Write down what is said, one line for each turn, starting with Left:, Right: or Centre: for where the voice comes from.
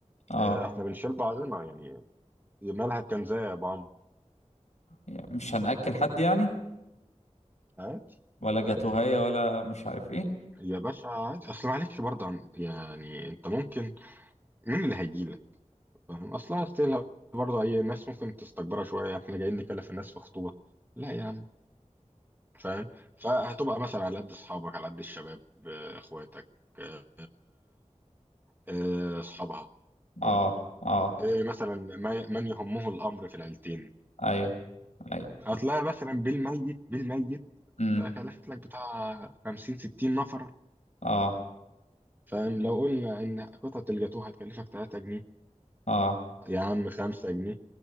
Left: اه
Right: أه احنا بنشيل بعضنا يعني مالها الكنزة يا بعم
Left: يعني مش هنأكل حد يعني
Right: عادي
Left: ولا جاتوهية
Right: عادي
Left: ولا مش عارف ايه
Right: يا باشا عادي اصل معلش برضه عم- يعني انت ممكن مين اللي هيجي لك فاهم اصلا استيل برضه اي ناس ممكن تستكبرها شويه احنا جايين نكلف الناس في خطوبه لا يا عم فاهم فهتبقى مثلا على قد اصحابك على قد الشباب آه، اخواتك آه، آه، اصحابها
Left: اه
Right: برضو
Left: اه
Right: آه، مثلا ما- من يهمه الامر في العيلتين
Left: ايوه ايوه
Right: هتلاقي مثلا بالميت بالميت
Left: امم
Right: آه، كلفت لك بتاع 50 60 نفر
Left: اه
Right: فاهم لو قلنا ان قطعة الجاتوه هتكلفك 3 جنيه
Left: اه
Right: يا عم 5 جنيه